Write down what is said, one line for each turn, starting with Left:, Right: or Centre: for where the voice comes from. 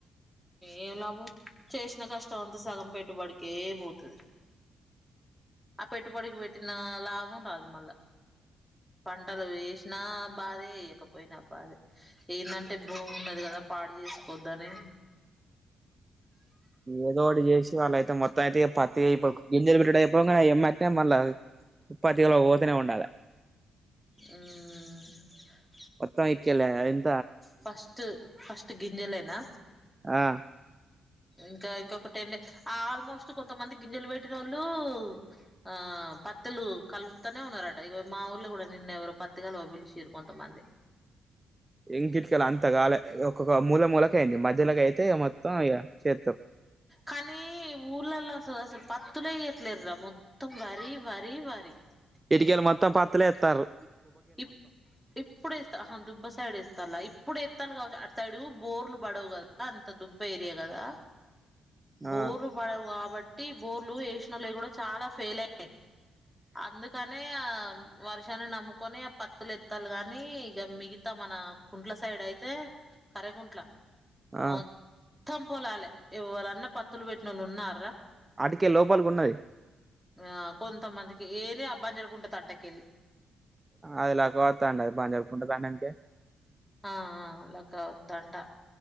Centre: ఏం లాభం చేశిన కష్టం అంతా సగం పెట్టుబడికే పోతది. ఆ పెట్టుబడికి పెట్టిన లాభం రాదు మళ్ళా. పంటలు వేశినా బాధే, ఏయకపోయినా బాధే. ఏందంటే భూమి ఉన్నది కదా పాడు చేసుకోవద్దనే
Right: ఏదోటి చేశి వాళ్ళయితే మొత్తం అయితే ఇగ పత్తి ఇప్ గింజలు పెట్టుడు అయిపొంగనే ఏమ్మట్నే మళ్ళా పత్తి కలువ పోతనే ఉండాల.
Centre: హ్. హ్
Right: మొత్తం ఇట్కెల్లే అయిన్
Centre: ఫస్ట్ ఫస్ట్ గింజలేనా.
Right: ఆ
Centre: ఇంకా ఇంకొకటి ఏంటి ఆల్మోస్ట్ కొంతమంది గింజలు పెట్టినోళ్ళు ఆ పత్తులు కలుత్తనే ఉన్నరటా, ఇగో మా ఊర్ల కూడా నిన్న ఎవరో పత్తి కలువ పిలిశిర్రు కొంతమంది.
Right: ఇంక ఇట్కేల్లి అంతగాలే ఒక్కొక్క మూల మూల కేఅయింది మధ్యలోకి అయితే ఇగ మొత్తం ఇగ చేత్తర్రు.
Centre: కానీ ఊర్లలల్లా అసలు అసలు పత్తులేయట్లేరురా మొత్తం వరి, వరి, వరి.
Right: ఇటికెల్లి మొత్తం పత్తులే ఎత్తాంర్రు.
Centre: ఇప్ ఇప్పుడేస్తా అహా దుబ్బ సైడ్ ఎస్తాంల్లా ఇప్పుడేత్తాంల్లు కావచ్చు అటు సైడు బోర్లు బడవు కదా, అంత దుబ్బ ఏరియా కదా, బోర్
Right: ఆ
Centre: పడవు కాబట్టి బోర్లు ఏషినోల్లయి కూడా చానా ఫెయిల్ అయ్యినయి. అందుకనే ఆ వర్షాన్నే నమ్ము కొనే పత్తులు ఎత్తాల్లు గాని ఇగ మిగతా మన కుంట్ల సైడ్ అయితే అరే గుంట్లా.
Right: ఆ
Centre: మొత్తం పొలాలే ఎవ్వలన్నా పత్తులు పెట్టినోళ్ళు ఉన్నార్రా.
Right: అటికెల్లి లోపలికి ఉన్నది.
Centre: ఆ కొంతమందికి ఏదే అబ్బనికుంజ తట్టకెళ్ళి.
Right: ఆ అది ఎలాగో అత్తాండు అది పంజనకుంట కాన్నే ఎందుకే.
Centre: ఆ ఆ లక్క వత్తంటా.